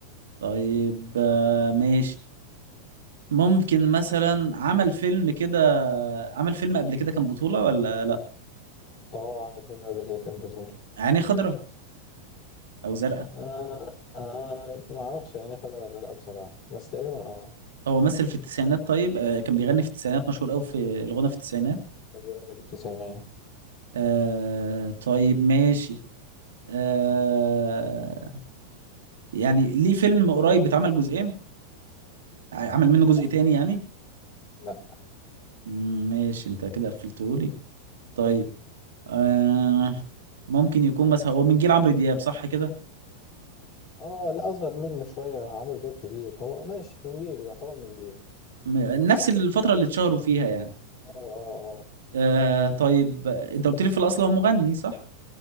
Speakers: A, on the right; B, on the left.
A: طيب آه ماشي ممكن مثلا عمل فيلم كده عمل فيلم قبل كده كان بطولة ولا لا
B: اه عمل فيلم قبل كده كان بطولة
A: عيني خضراء او زرقاء
B: آه آه ما اعرفش يعني قدر ولا لا بصراحة بس تقريبا اه
A: هو مثل في التسعينات طيب آه كان بيغني في التسعينات مشهور قوي في الغنى في التسعينات
B: كان بيغني في التسعينات
A: آه طيب ماشي آه يعني ليه فيلم قريب اتعمل جزئين ع- عمل منه
B: لا
A: جزء تاني يعني
B: لا
A: مم، ماشي انت كده قفلتهولي طيب آه ممكن يكون بس هو من جيل عمرو دياب صح كده
B: اه لا اصغر منه شوية عمرو دياب كبير هو ماشي من جيله يعتبر من جيله
A: م- نفس الفترة اللي اتشهروا فيها يعني
B: اه اه اه
A: آه طيب انت قلت لي في الاصل هو مغني صح